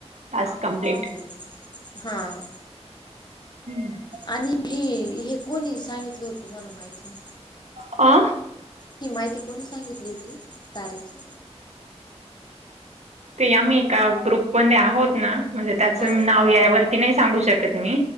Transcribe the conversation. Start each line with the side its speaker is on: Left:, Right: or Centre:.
Right: टास्क कंप्लीट
Left: हम्म हा.
Right: हम्म.
Left: आणि हे हे कोणी सांगितलं हो तुम्हाला माहिती.
Right: आ.
Left: ही माहिती कोणी सांगितली होती कार्याची.
Right: ते आम्ही एका ग्रुप मध्ये आहोत ना. म्हणजे त्याच
Left: हा
Right: नाव यावरती नाही सांगू शकत मी